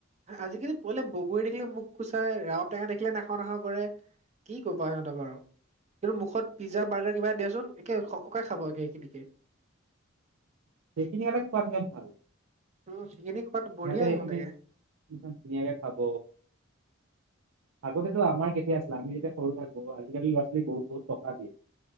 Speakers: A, on the right; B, on the right.
A: আজিকালি পোৱালি বগৰী দেখিলে মুখ কোচাই, ৰাওটেঙা দেখিলে নাখাওঁ নাখাওঁ কৰে। কি ক'বা সিহঁতক বাৰু। কিন্তু মুখত পিজ্জা,
B: আৰু
A: বাৰ্গাৰ কিবা দিয়াচোন একে সকে খাবগে সেইখিনিকে।
B: <unintelligible> সেইখিনি আকৌ খোৱাত ভাল,
A: উম সেইখিনি খোৱাত বঢ়িয়া
B: সিহঁতে সেইখিনি
A: সিহঁতেকে
B: একদম ধুনীয়াকে খাব, আগতেতো আমাৰ কেতিয়া আছিলে আমি যেতিয়া সৰু থাকোঁ, আজিকালি ল'ৰা ছোৱালীক বহুত বহুত টকা দিয়ে।